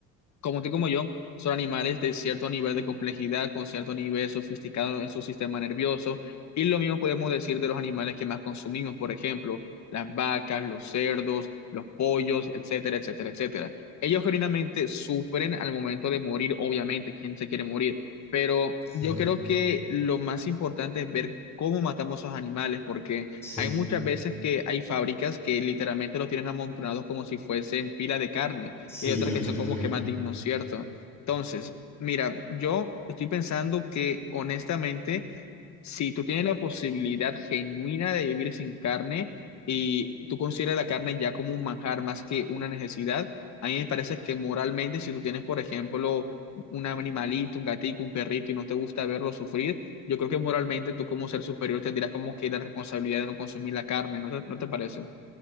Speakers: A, on the left; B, in the centre.
A: como tú y como yo, son animales de cierto nivel de complejidad, con cierto nivel sofisticado en su sistema nervioso. Y lo mismo podemos decir de los animales que más consumimos, por ejemplo, las vacas, los cerdos, los pollos, etcétera, etcétera, etcétera. Ellos genuinamente sufren al momento de morir, obviamente, ¿quién se quiere morir? Pero yo
B: claro.
A: creo que lo más importante es ver cómo matamos a esos animales, porque
B: Sí,
A: hay muchas veces que hay fábricas que literalmente los tienen amontonados como si fuesen pila de carne
B: sí,
A: y hay otras
B: los
A: que
B: torturan.
A: son como que más dignos, ¿cierto? Entonces, mira, yo estoy pensando que honestamente, si tú tienes la posibilidad genuina de vivir sin carne y tú consideras la carne ya como un manjar más que una necesidad, a mí me parece que moralmente, si tú tienes, por ejemplo, un animalito, un gatito, un perrito y no te gusta verlo sufrir, yo creo que moralmente tú como ser superior tendrías como que la responsabilidad de no consumir la carne, ¿no te, no te parece?